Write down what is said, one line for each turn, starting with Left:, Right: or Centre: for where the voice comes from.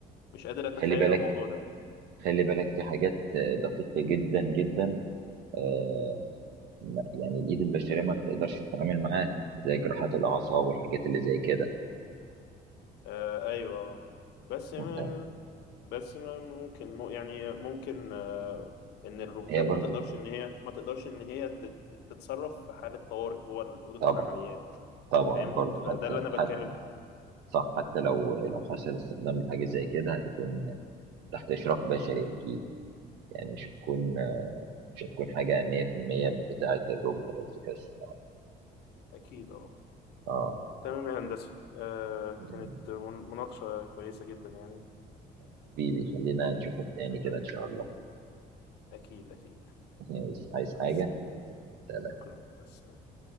Left: مش قادر أتخيل
Right: خلي بالك
Left: الموضوع ده
Right: خلي بالك في حاجات آه، دقيقة جدا جدا آه، ما- يعني الإيد البشرية ما بتقدرش تتعامل معاها زي جراحات الأعصاب والحاجات اللي زي كده
Left: آه أيوه بس ما
Right: وبتاع.
Left: بس ما ممكن مو- يعني ممكن آه إن الروبوتات
Right: هي برضو
Left: ما تقدرش إن هي ما تقدرش إن هي تت- تتصرف في حالة طوارئ جوه أوضة
Right: طبعا
Left: العمليات
Right: طبعا
Left: فاهمني
Right: برضو
Left: فده
Right: حتى
Left: اللي أنا بتكلم
Right: حتى
Left: فيه
Right: صح حتى لو لو حصل استخدام لحاجة زي كده هتكون تحت إشراف بشري أكيد يعني مش هتكون مش هتكون حاجة 100% بتاعة الروبوت أو الذكاء الصناعي
Left: أكيد أه
Right: اه
Left: تمام يا هندسة آه
Right: يعني
Left: كانت من- مناقشة كويسة جدا يعني
Right: حبيبي خلينا
Left: ماشي
Right: نشوفك تاني
Left: صدقت.
Right: كده إن شاء الله
Left: أكيد أكيد
Right: <laughs> عايز عايز
Left: مع
Right: حاجة
Left: السلامة.
Right: سلام
Left: شكرا مع السلامة